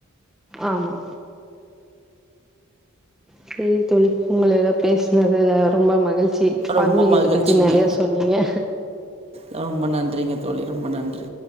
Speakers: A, in the centre; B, on the right (about 30°).
A: ஆமா செரி தோழி உங்கள பேசுனதுல ரொம்ப மகிழ்ச்சி சி
B: ரொம்ப
A: ஆன்மீகத்த
B: மகிழ்ச்சிங்க
A: பத்தி நெறையா சொன்னீங்க
B: ரொம்ப நன்றிங்க தோழி ரொம்ப நன்றி